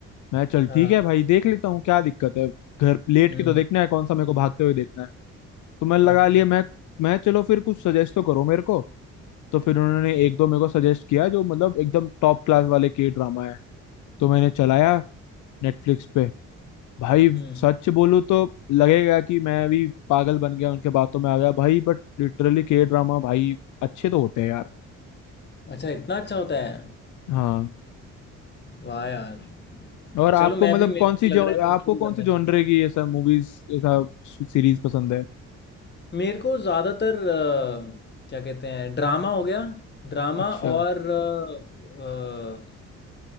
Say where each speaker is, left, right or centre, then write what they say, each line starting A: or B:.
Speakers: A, on the left; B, on the left.
A: मैं चल
B: हाँ
A: ठीक है भाई देख लेता हूँ क्या दिक्कत है घर लेट
B: हम्म
A: के तो देखना है कौन सा मेरे को भागते हुए देखना है तो मैं लगा
B: और क्या
A: लिए मैं मैं चलो फिर कुछ सजेस्ट तो करो मेरे को तो फिर उन्होंने एक दो मेरे को सजेस्ट किया जो मतलब एकदम टॉप क्लास वाले के ड्रामा है तो मैंने चलाया नेटफ्लिक्स पे भाई
B: हम्म
A: सच बोलूं तो लगेगा कि मैं भी पागल बन गया उनके बातों में आ गया भाई बट लिटरली के ड्रामा भाई अच्छे तो होते हैं यार
B: अच्छा इतना अच्छा होता है
A: हाँ
B: वाह यार
A: और आपको
B: चलो मैं
A: मतलब
B: भी मेरे
A: कौन
B: को
A: सी
B: भी
A: जो
B: लग रहा है
A: आपको
B: फिर शुरू
A: कौन
B: करना
A: सी जॉनरे
B: चाहिए
A: की ऐसा मूवीज ऐसा सीरीज पसंद है
B: मेरे को ज़्यादातर अ, क्या कहते हैं ड्रामा हो गया ड्रामा
A: अच्छा
B: और अ, अ,